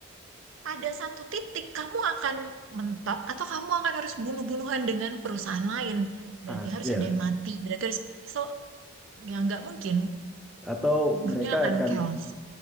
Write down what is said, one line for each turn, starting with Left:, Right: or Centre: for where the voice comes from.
Right: pada satu titik kamu akan mentok atau kamu akan harus bunuh-bunuhan dengan perusahaan lain. Berarti
Centre: ah
Right: harus
Centre: iya
Right: ada yang mati. Berarti harus so ya nggak mungkin
Centre: atau
Right: dunia
Centre: mereka
Right: akan
Centre: akan
Right: chaos.